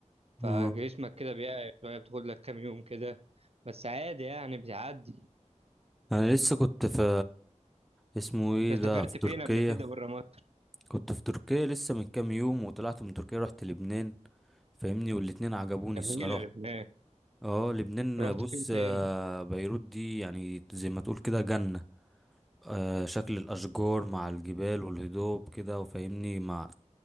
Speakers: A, on the right; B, in the centre.
A: فجسمك
B: آه.
A: كده بيقع شوية بتاخد لك كام يوم كده بس عادي يعني بتعدي
B: انا لسه كنت في اسمه ايه
A: انت سافرت
B: ده في
A: فين
B: تركيا
A: قبل كده بره مصر؟
B: كنت في تركيا لسه من كام يوم وطلعت من تركيا رحت لبنان فاهمني والاتنين عجبوني
A: جميلة
B: الصراحة
A: لبنان
B: اه لبنان
A: رحت
B: بص
A: فين تاني؟
B: آه، بيروت دي يعني زي ما تقول كده جنة آه، شكل الأشجار مع الجبال والهضاب كده وفاهمني مع